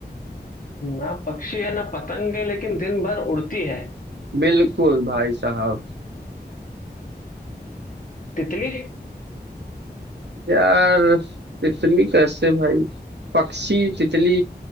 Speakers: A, on the left; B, on the right.
A: ना पक्षी है ना पतंग है लेकिन दिन भर उड़ती है
B: बिल्कुल भाई साहब
A: तितली
B: यार तितली कैसे भाई पक्षी तितली